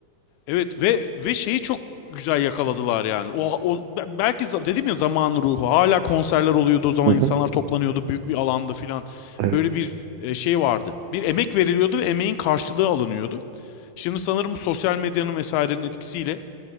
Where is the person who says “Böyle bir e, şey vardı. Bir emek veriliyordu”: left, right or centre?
Left